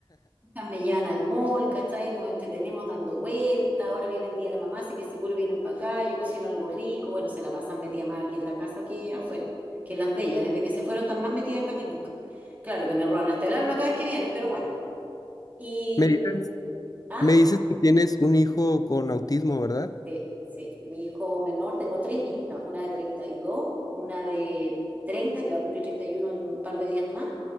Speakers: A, on the right; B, on the left.
A: me llevan al mall, ¿cachai? Nos entretenemos dando vueltas, ahora viene el día de la mamá, así que seguro vienen para acá, yo cocino algo rico, bueno, se la pasan metida más aquí en la casa que afuera, que en las de ellas, desde que se fueron están más metidas acá que nunca. Claro que me roban hasta el alma cada vez que vienen, pero bueno. Y,
B: Me
A: mm,
B: dices,
A: ah,
B: me dices que tienes un hijo con autismo, ¿verdad?
A: sí, sí, mi hijo menor, tengo tres hijas, una de 32, una de 30 que va a cumplir 31 en un par de días más,